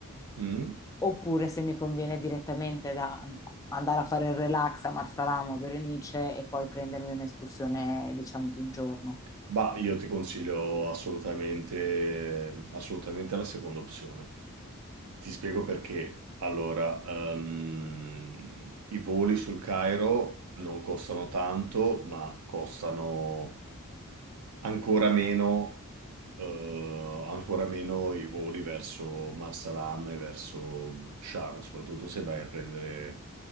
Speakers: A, on the right; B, on the left.
A: eh. Mm?
B: oppure se mi conviene direttamente da andare a fare il relax a Marsalamo, a Berenice e poi prendermi un'escursione, diciamo, di un giorno.
A: Bah, io ti consiglio assolutamente, assolutamente la seconda opzione. Ti spiego perché. Allora, ehm, i voli sul Cairo non costano tanto, ma costano ancora meno eh, ancora meno i voli verso Marsalam e verso Sharm, soprattutto se vai a prendere